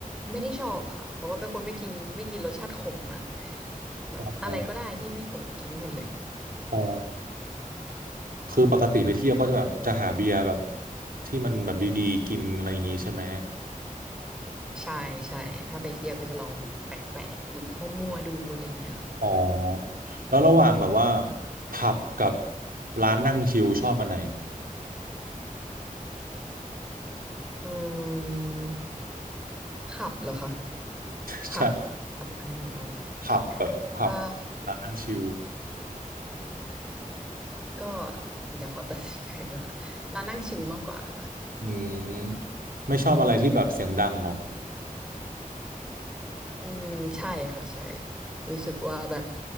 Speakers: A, in the centre; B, on the right.
A: ไม่ได้ชอบค่ะเพราะว่าเป็นคนไม่กินไม่กินรสชาติขมอ่ะแบบอะไรก็ได้ที่ไม่ขมกินได้หมดเลย
B: อ๋ออ๋อคือปกติไปเที่ยวก็จะแบบจะหาเบียร์แบบที่มันแบบดีๆกินอะไรอย่างงี้ใช่ไหม
A: ใช่ใช่ถ้าไปเที่ยวก็จะลองแบบแปลกๆกิบมั่วๆดูอะไรอย่างเงี้ยค่ะ
B: อ๋อแล้วระหว่างแบบว่าผับกับร้านนั่งชิลชอบอันไหน
A: อืมขับเหรอคะ
B: <laughs>
A: ผับขับอันนี้ไม่รู้ต้อง
B: ใช่ผับแบบผับ
A: เอ่อ
B: ร้านนั่งชิล
A: ก็เดี๋ยวขอ <laughs> ตัดสินใจนะคะร้านนั่งชิลมากกว่าค่ะ
B: อืมไม่ชอบอะไรที่แบบเสียงดังหรอก
A: อืมใช่ค่ะใช่รู้สึกว่าแบบ